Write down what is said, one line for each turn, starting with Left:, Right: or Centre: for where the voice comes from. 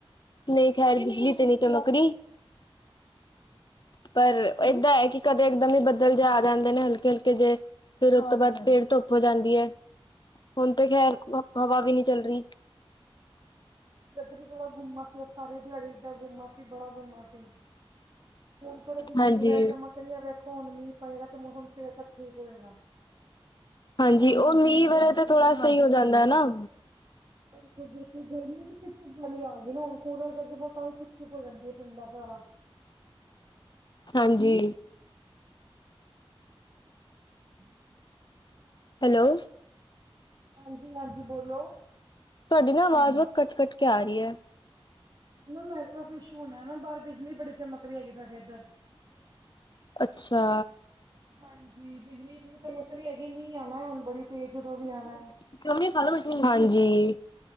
Left: ਨਹੀਂ ਖੈਰ, ਬਿਜਲੀ ਤੇ ਨੀ ਚਮਕ ਰਹੀ। ਪਰ ਏਦਾਂ ਹੈ ਕਿ, ਕਦੇ ਇਕਦਮ ਹੀ ਬੱਦਲ ਜ ਆ ਜਾਂਦੇ ਨੇ ਹਲਕੇ-ਹਲਕੇ ਜੇ ਫੇਰ ਉਹਤੋਂ ਬਾਅਦ ਫੇਰ ਧੁੱਪ ਹੋ ਜਾਂਦੀ ਹੈ, ਹੁਣ ਤਾਂ ਖੈਰ ਹਵਾ ਵੀ ਨਹੀਂ ਚੱਲ ਰਹੀ।
Right: ਇਧਰ ਵੀ ਬੜਾ ਗੁੰਮਾ ਸੀ। ਸਾਰੇ ਦਿਹਾੜੀ ਇਦਾਂ ਗੁੰਮਾ ਸੀ, ਬੜਾ ਗੁੰਮਾ ਸੀ। ਹੁਣ ਥੋੜਾ, ਬਿਜਲੀ
Left: ਹਾਂਜੀ
Right: ਵਗੈਰਾ ਚਮਕ ਰਹੀ ਹੈ, ਵੇਖੋ ਹੁਣ ਮੀਂਹ ਪਏਗਾ ਤੇ ਮੌਸਮ ਸਵੇਰ ਤੱਕ ਠੀਕ ਹੋਏਗਾ।
Left: ਹਾਂਜੀ,
Right: ਗਰਮੀ
Left: ਉਹ
Right: ਵੀ
Left: ਮੀਂਹ
Right: ਇੰਨੀ
Left: ਵਰੇ
Right: ਆ
Left: ਤਾਂ
Right: ਗਈ
Left: ਥੋੜਾ
Right: ਨਾ
Left: ਸਹੀ ਜਾਂਦਾ, ਹੈ ਨਾ
Right: ਬਿਲਕੁਲ-ਬਿਲਕੁਲ ਗਰਮੀ ਵੀ ਚਿਪ-ਚਿਪ ਵਾਲੀ ਆ ਗਈ ਨਾ ਹੁਣ, ਕੂਲਰ ਦੇ ਅੱਗੇ ਬਹੁਤਾ ਚ ਚਿੱਪ ਹੋ ਜਾਂਦੀ ਹੈ ਪਿੰਡਾਂ, ਸਾਰਾ
Left: ਹਾਂਜੀ
Right: <inaudible>
Left: ਹੈਲੋ।
Right: ਹਾਂਜੀ-ਹਾਂਜੀ, ਬੋਲੋ।
Left: ਤੁਹਾਡੀ ਨਾ ਆਵਾਜ਼, ਬਹੁਤ ਕੱਟ-ਕੱਟ ਕੇ ਆ ਰਹੀ ਹੈ।
Right: ਨੈਟਵਰਕ ਇਸ਼ੂ ਹੋਣਾ ਨਾ, ਬਾਹਰ ਬਿਜਲੀ ਬੜੀ ਚਮਕ ਰਹੀ ਹੈਗੀ ਸਾਡੇ ਇੱਧਰ
Left: ਅੱਛਾ।
Right: ਹਾਂਜੀ, ਬਿਜਲੀ ਇਤਨੀ ਚਮਕ ਰਈ ਹੈਗੀ ਮੀਂਹ ਆਉਣਾ ਹੁਣ ਬੜੀ ਤੇਜ਼ ਜਦੋਂ ਵੀ ਆਉਣਾ ਆ।
Left: <unintelligible> ਹਾਂਜੀ।